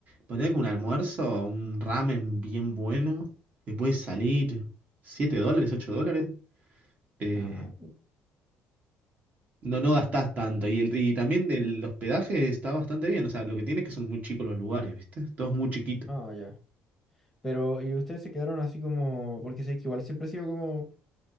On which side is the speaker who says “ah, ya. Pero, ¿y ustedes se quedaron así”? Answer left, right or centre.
Centre